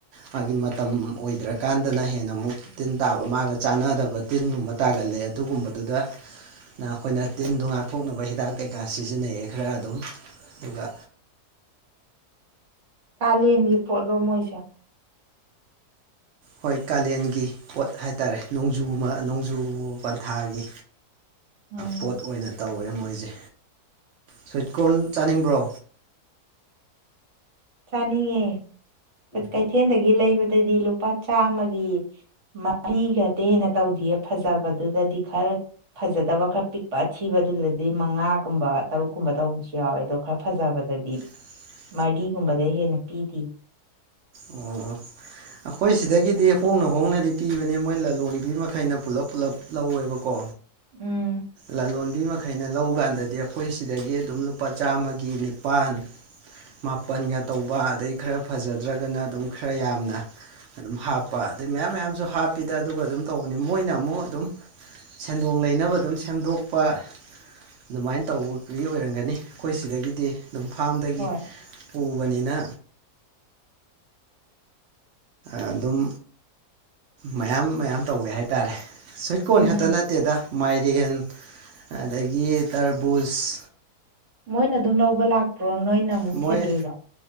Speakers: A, on the right; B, on the right.
A: ꯃꯥꯒꯤ ꯃꯇꯝ ꯑꯣꯏꯗ꯭ꯔꯀꯥꯟꯗꯅ ꯍꯦꯟꯅ ꯑꯃꯨꯛ ꯇꯤꯟ ꯇꯥꯕ ꯃꯥꯒ ꯆꯥꯟꯅꯗꯕ ꯇꯤꯟꯒꯨꯝꯕ ꯇꯥꯒꯜꯂꯦ ꯑꯗꯨꯒꯨꯝꯕꯗꯨꯗꯅ ꯑꯩꯈꯣꯏꯅ ꯇꯤꯟꯗꯣ ꯉꯥꯛꯊꯣꯛꯅꯕ ꯍꯤꯗꯥꯛ ꯀꯩꯀꯥ ꯁꯤꯖꯤꯟꯅꯩꯑꯌꯦ ꯈꯔ ꯑꯗꯨꯝ ꯑꯗꯨꯒ
B: ꯀꯥꯂꯦꯟꯒꯤ ꯄꯣꯠꯂꯣ ꯃꯣꯏꯁꯦ
A: ꯍꯣꯏ ꯀꯥꯂꯦꯟꯒꯤ ꯄꯣꯠ ꯍꯥꯏꯇꯥꯔꯦ ꯅꯣꯡꯖꯨ ꯅꯣꯡꯖꯨ ꯄꯟꯊꯥꯒꯤ
B: ꯎꯝ
A: ꯄꯣꯠ ꯑꯣꯏꯅ ꯇꯧꯋꯦ ꯃꯣꯏꯁꯦ ꯁꯋꯤꯠ ꯀꯣꯔꯟ ꯆꯥꯅꯤꯡꯕ꯭ꯔꯣ
B: ꯆꯅꯤꯉꯦ ꯀꯩꯊꯦꯜꯗꯒꯤ ꯂꯩꯕꯗꯗꯤ ꯂꯨꯄꯥ ꯆꯥꯝꯃꯒꯤ ꯃꯔꯤꯒꯗꯦꯅ ꯇꯧꯗ ꯐꯖꯕꯗꯨꯗꯗꯤ ꯈꯔ ꯐꯖꯗꯕ ꯈꯔ ꯄꯤꯛꯄ ꯑꯊꯤꯕꯗꯨꯗꯗꯤ ꯃꯉꯥꯒꯨꯝꯕ ꯇꯔꯨꯛꯀꯨꯝꯕ ꯇꯧꯕꯁꯨ ꯌꯥꯎꯋꯦ ꯑꯗꯣ ꯈꯔ ꯐꯖꯕꯗ ꯗꯤ
A: <inaudible>
B: ꯃꯔꯤꯒꯨꯝꯕꯗ ꯍꯦꯟꯅ ꯄꯤꯗꯤ
A: ꯑꯣ ꯑꯩꯈꯣꯏ ꯁꯤꯗꯒꯤꯗꯤ ꯍꯣꯡꯅ-ꯍꯣꯡꯅꯗꯤ ꯄꯤꯕꯅꯦ ꯃꯣꯏ ꯂꯂꯣꯟꯕꯤ ꯃꯈꯩꯅ ꯄꯨꯜꯂꯞ-ꯄꯨꯜꯂꯞ ꯂꯧꯋꯦꯕꯀꯣ
B: ꯎꯝ
A: ꯂꯂꯣꯟꯕꯤ ꯃꯈꯩꯅ ꯂꯧꯀꯥꯟꯗꯗꯤ ꯑꯩꯈꯣꯏ ꯁꯤꯗꯒꯤ ꯑꯗꯨꯝ ꯂꯨꯄꯥ ꯆꯥꯝꯃꯒꯤ ꯄꯥꯟ ꯃꯥꯄꯜꯒ ꯇꯧꯕ ꯑꯗꯩ ꯈꯔ ꯐꯖꯗ꯭ꯔꯒꯅ ꯑꯗꯨꯝ ꯈꯔ ꯌꯥꯝꯅ ꯑꯗꯨꯝ ꯍꯥꯞꯄ ꯑꯗꯩ ꯃꯌꯥꯝ-ꯃꯌꯥꯝꯁꯨ ꯍꯥꯞꯄꯤꯗ ꯑꯗꯨꯒ ꯑꯗꯨꯝ ꯇꯧꯕꯅꯤ ꯃꯣꯏꯅ ꯑꯃꯨꯛ ꯑꯗꯨꯝ ꯁꯦꯟꯗꯣꯡ ꯂꯩꯅꯕꯗ ꯑꯗꯨꯝ ꯁꯦꯝꯗꯣꯛꯄ ꯑꯗꯨꯃꯥꯏꯅ ꯇꯧꯕꯒꯤ ꯑꯣꯏꯔꯝꯒꯅꯤ ꯑꯩꯈꯣꯏ ꯁꯤꯗꯒꯤꯗꯤ ꯑꯗꯨꯝ ꯐꯥꯝꯗꯒꯤ
B: ꯍꯣꯏ
A: ꯄꯨꯕꯅꯤꯅ ꯑꯗꯨꯝ ꯃꯌꯥꯝ-ꯃꯌꯥꯝ ꯇꯧꯋꯦ ꯍꯥꯏꯇꯥꯔꯦ ꯁ꯭ꯋꯤꯠ ꯀꯣꯔꯟ
B: ꯎꯝ
A: ꯈꯛꯇ ꯅꯠꯇꯦꯗ ꯃꯥꯏꯔꯦꯟ ꯑꯗꯒꯤ ꯇꯔꯕꯨꯁ
B: ꯃꯣꯏꯅ ꯑꯗꯨꯝ ꯂꯧꯕ ꯂꯥꯛꯄꯔꯣ ꯅꯣꯏꯅ ꯑꯃꯨꯛ
A: ꯃꯣꯏ
B: ꯊꯤꯂꯨꯏꯔꯣ